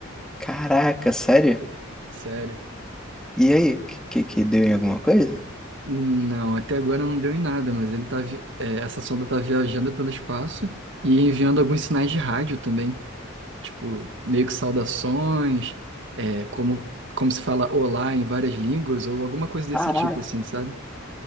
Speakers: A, in the centre; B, on the right.
A: Caraca, sério?
B: Sério?
A: E aí, que, que que deu em alguma coisa?
B: Não, até agora não deu em nada, mas ele tá vi- é, essa sonda tá viajando pelo espaço e enviando alguns sinais de rádio também, tipo meio que saudações, é, como como se fala olá em várias línguas ou alguma coisa desse
A: Caraca.
B: tipo assim, sabe?